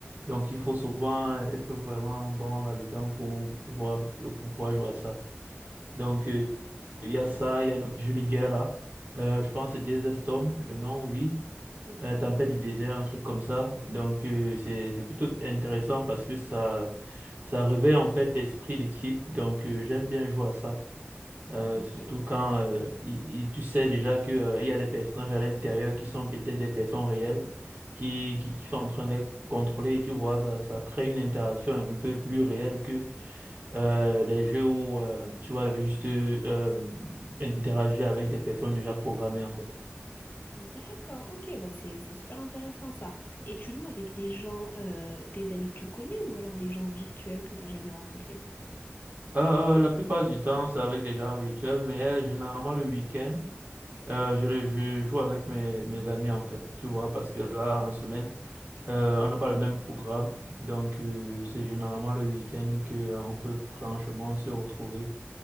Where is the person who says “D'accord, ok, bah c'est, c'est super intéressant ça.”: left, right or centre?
Left